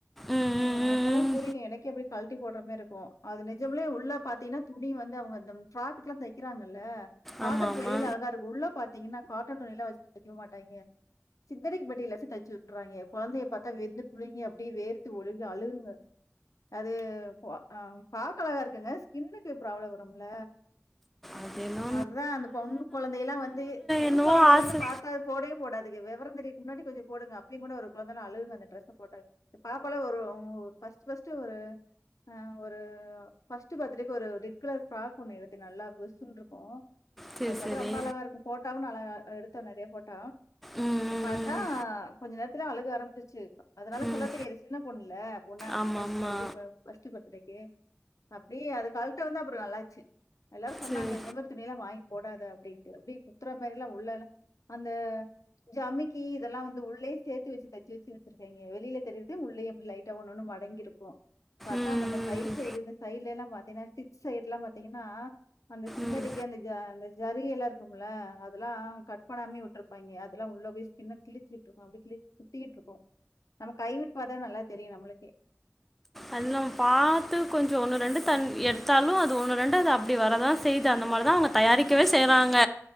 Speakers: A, in the centre; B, on the left (about 85°).
A: ம் ம்,
B: ஆ
A: ம்
B: அப்பதா
A: ம்.
B: புரியு எனக்கே எப்டியே கலட்டி போடுற மாரி இருக்கு அது நிஜம்லே உள்ள பாத்தீங்கன்னா துணி வந்து அவுங்க இந்த ப்ராக்குகெல்லா தக்கிறாங்கல்ல பாக்குறக்கு
A: ஆமா ஆமா
B: வெளியில அழகா இருக்கு உள்ள பாத்தீங்கன்னா காட்டன் துணியில வச்சு தக்க மாட்டாங்கே சிந்தடிக் மெட்ரியல்ல வச்சு தச்சு வுட்டுறாங்க கொழந்தய பாத்தா வெந்து புள்ளைங்க அப்டியே வேர்த்து ஒழுகி அழுகுங்க அது பா பாக்க அழகா இருக்குங்க ஸ்கின்க்கு ப்ராப்ளம் வரும்ல
A: அதென்னோ
B: அதா அந்த பொண்ணு கொழந்தல்லா வந்து பெண்
A: என்னவோ
B: கொழந்தைய
A: ஆசை
B: வந்து பாத் அது போடவே போடதுக வெவர தெரியதுக்கு முன்னாடி கொஞ்ச போடுங்க அப்பியு கூட ஒரு கொழந்தல்லா அழுகுங்க அந்த டிரஸ்ச போட்டாக் எ பாப்பாலா ஒரு ம் ஃபஸ்ட்டு ஃபஸ்ட்டு ஆ ஒரு ஃபஸ்ட்டு பர்த்டேக்கு ஒரு டிப் கலர் ஃப்ராக் ஒண்ணு எடுத்தே நல்லா புஸ்சுன்ருக்கு
A: சரி
B: அது பாத்தா
A: சரி
B: ரொம்ப அழகா இருக்கு ஃபோட்டோவு நா அழகா எடுத்தோ நெறைய ஃபோட்ட
A: ம் ம்,
B: பாத்தா
A: ம்
B: கொஞ்ச நேரத்துல அழுக ஆரம்பிச்சுருச்சு அதுனால சொல்ல
A: ம்
B: தெரியாது சின்ன பொண்ல பொண்ண
A: ஆமா
B: ஃபஸ்ட்
A: ஆமா
B: இது ப ஃபஸ்ட்டு பர்த்டேக்கி அப்டியே அது கல்டோன அப்றோ நல்லாச்சு எல்லாரு சொன்னாங்க
A: சரி
B: இந்த மாரி துணி எல்லா வாங்கி போடாத அப்டின்டு அப்டியே குத்துற மார்லா உள்ளன அந்த ஜமிக்கி இதெல்லா வந்து உள்ளே சேத்து வச்சு தைச்சி வச்சு வச்சிருக்காய்ங்க வெளில தெரிறதே உள்ளேயும் லைட்டா ஒன்னு ஒன்னு மடங்கிருக்கு பாத்தா
A: ம்
B: அந்த அந்த கை
A: ம்,
B: சைய்டு இந்த சைய்டுல எல்லா பாத்தீனா ஸ்டிச் சைய்டுல்லா பாத்தீங்கன்னா அந்த சின்
A: ம்
B: னடிக்க அந்த ஜ அந்த ஜரிக எல்லா இருக்குல அதெல்லா கட் பண்ணாமே உட்ருப்பாங்க அதெல்லா உள்ளே போய் ஸ்கின் கிழிச்சிட்டுருக்கு அப்டியே கிழி குத்திக்கிட்டுருக்கு நம்ம கைவிட்டு பாத்த நல்லா தெரியு நம்மளுக்கே
A: அது நம்ம பாத்து கொஞ்சோ ஒண்ணு ரெண்டு தன் எடுத்தாலு அது ஒண்ணு ரெண்டு அது அப்டி வரதா செய்து அந்த மார்தா அவங் தயாரிக்கவே செய்றாங்க